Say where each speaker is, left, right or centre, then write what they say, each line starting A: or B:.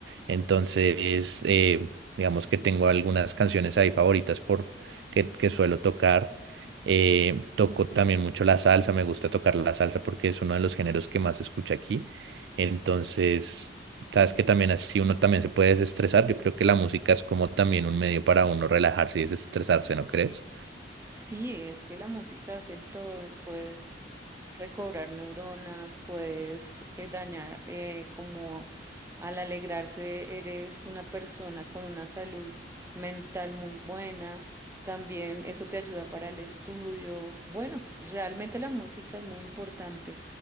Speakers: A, on the right; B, on the right.
A: Entonces, eh, digamos que tengo algunas canciones ahí favoritas por, que, que suelo tocar. Eh, toco también mucho la salsa, me gusta tocar la salsa porque es uno de los géneros que más se escucha aquí. Entonces, sabes que también así uno también se puede desestresar. Yo creo que la música es como también un medio para uno relajarse y desestresarse, ¿no crees?
B: Sí, es que la música es el todo, puedes recobrar neuronas, puedes eh, dañar, eh, como al alegrarse eres una persona con una salud mental muy buena, también eso te ayuda para el estudio. Bueno, pues realmente la música es muy importante.